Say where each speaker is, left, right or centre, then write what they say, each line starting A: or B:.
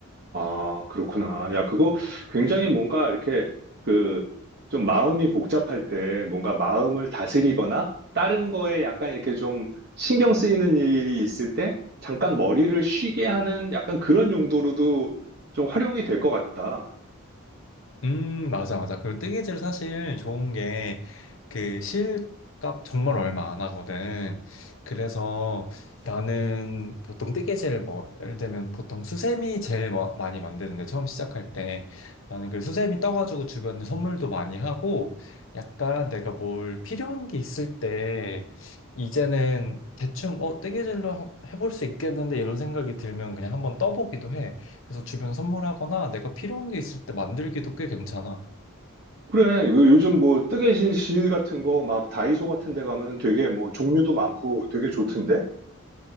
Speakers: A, on the right; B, on the left.
A: 아, 그렇구나. 야, 그거 굉장히 뭔가 이렇게 그 좀 마음이 복잡할 때 뭔가 마음을 다스리거나 다른 거에 약간 이렇게 좀 신경 쓰이는 일이 있을 때 잠깐 머리를 쉬게 하는 약간 그런 용도로도 좀 활용이 될 것 같다.
B: 음, 맞아, 맞아. 그리고 뜨개질 사실 좋은 게 그 실값 정말 얼마 안 하거든. 그래서 나는 보통 뜨개질을 뭐, 예를 들면 보통 수세미 제일 마- 많이 만드는데 처음 시작할 때 나는 그 수세미 떠가지고 주변에 선물도 많이 하고 약간 내가 뭘 필요한 게 있을 때 이제는 대충 어, 뜨개질로 하- 해볼 수 있겠는데 이런 생각이 들면 그냥 한번 떠보기도 해. 그래서 주변 선물하거나 내가 필요한 게 있을 때 만들기도 꽤 괜찮아.
A: 그래, 요- 요즘 뭐 뜨개질 실 같은 거 막 다이소 같은 데 가면은 되게 뭐 종류도 많고 되게 좋던데?